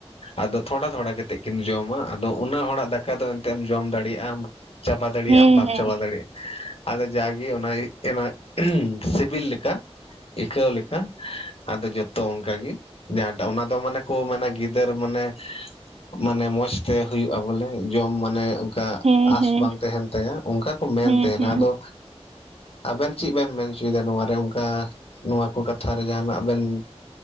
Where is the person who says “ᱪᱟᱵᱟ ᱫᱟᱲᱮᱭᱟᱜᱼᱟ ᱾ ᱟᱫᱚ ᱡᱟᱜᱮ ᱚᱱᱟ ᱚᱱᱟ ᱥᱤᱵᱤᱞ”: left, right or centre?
Left